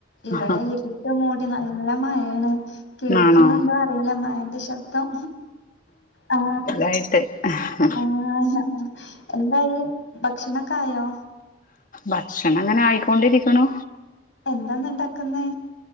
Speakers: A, on the left; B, on the left.
A: ഇവിടെ
B: ആ
A: ഇരുട്ട് മൂടി നല്ല മഴയാണ് കേൾക്കുന്നുണ്ടോ
B: ആണോ
A: അറിയില്ല മഴന്റെ ശബ്ദം ആ
B: ഏഹ്
A: ആഹ് എന്തായി ഭക്ഷണൊക്കായോ
B: ഭക്ഷണങ്ങനെ ആയിക്കൊണ്ടിരിക്കുണു
A: എന്താന്ന് ഉണ്ടാക്കുന്നെ